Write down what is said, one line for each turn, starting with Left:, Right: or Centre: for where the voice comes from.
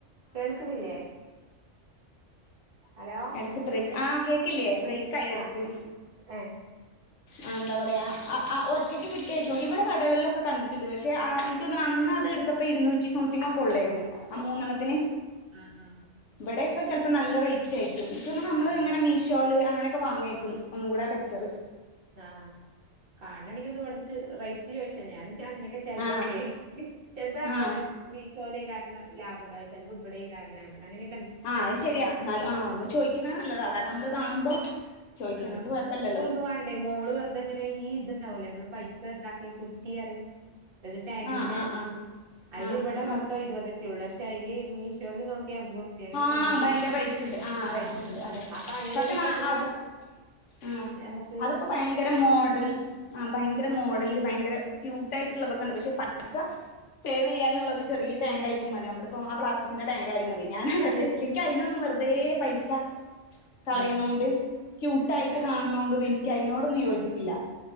Right: കേൾക്കണില്ലേ? ഹലോ
Left: എടക്ക് ബ്രേക്ക് ആ കേക്കില്ലേ ബ്രേക്ക്‌ ആയി
Right: ആഹ്
Left: എടക്ക്.
Right: ഏഹ്
Left: ആ എന്താ പറയാ
Right: ഒന്ന്
Left: ആ ആ ആ ഒറ്റയ്ക്ക് കിട്ടിരിക്കും, ഇവിടെ കടകളിലൊക്കെ കണ്ടിട്ടുണ്ട് പക്ഷേ അ എനിക്ക് തോന്നണു അന്നത് എടുത്തപ്പോ ഇരുന്നുറ്റി സംതിങ്ങ് ഒ കൊള്ളായിരുന്നു ആ മൂന്നെണ്ണത്തിന്
Right: ആഹ് ആഹ്
Left: ഇവിടെക്കെ ചെൽപ്പോ നല്ല റേറ്റ് ആയിരിക്കും, ഇനിക്കൊന്നണ നമ്മള്
Right: ആഹ്
Left: ഇങ്ങനെ മീഷോല് അങ്ങനെയൊക്കെ വാങ്ങായിരിക്കും ഒന്നും കൂടാ ബെറ്ററ്.
Right: ആ കാണയാണെങ്കി ഒന്ന് ഇവടന്ന് ച് റേറ്റ് ചോദിച്ചാ ഞാന് ച അങ്ങനെയൊക്കെ ചെലതൊക്കെ
Left: ആഹ്
Right: ചെൽപ്പ
Left: ആഹ്
Right: ഏ മീശ് ചോലേക്കാരന ലാഭണ്ട് ചെലപ്പോ ഇവിടേക്കാര ലാഭ അങ്ങനെ
Left: ആ അത് ശെരിയാ എന്നാല് ആ ഒന്ന് ചോദിക്കണ നല്ലതാ കാരണം മ്മള് കാണുമ്പോ ചോദിക്കണോണ്ട്
Right: ആ
Left: കൊഴപ്പല്ലല്ലോ
Right: ഇപ്പോ ഒന്നും വാണ്ടേ മോ നമ്മള് വെറുതങ്ങനെ ഈ ഇതുണ്ടാവുല്ലേ നമ്മള് പൈസ ഇതാക്കിയ കുറ്റിയറി ഒരു ടാങ്കിന്റെ
Left: ആഹ് ആഹ്
Right: ഇത്
Left: ആഹ്
Right: അയിന്
Left: ആഹ്
Right: ഇവടെ പത്തോ
Left: ആഹ്
Right: ഇരുപതൊക്കെ ഒള്ളൂ, പക്ഷേ അയില് മീഷോൽ നോ ക്കെ അമ്പറുപ്പി അങ്ങനെയൊക്കെ
Left: ആ
Right: ഇണ്ട്ന്ന് തോന്ന്ണ്ട്,
Left: ഭയങ്കര റേറ്റ് ഉണ്ട്
Right: ആ
Left: റേറ്റ് ഉണ്ട് അതെ
Right: അപ്പ അങ്ങനെയൊക്കെ
Left: സത്യം പറഞ്ഞാ
Right: നോക്കുമ്പോ
Left: അത് ആ
Right: ഞമ്മക്ക്
Left: അതിപ്പോ ഭയങ്കര മോഡൽ ആ ഭയങ്കര മോഡല് ഭയങ്കര ക്യൂട്ടായിട്ടുള്ളതൊക്കെ ഇണ്ട് പക്ഷേ പൈസ സേവ് ചെയ്യാനുള്ളത്
Right: ആഹ്
Left: ചെറിയ ടാങ്കായിരി മതി നമ്മളിപ്പോൾ ആ പ്ലാസ്റ്റിന്റെ ടാങ്കായാലും മതി, ഞാന <unintelligible> അയിനൊന്നും വെറുതേ പൈസ
Right: ആഹ്
Left: കളയണൊണ്ട് ക്യൂട്ടായിട്ട്
Right: ആഹ്
Left: കാണുന്നോണ്ടൊന്നും എനിക്ക് അതിനോടൊന്നും യോജിപ്പില്ല.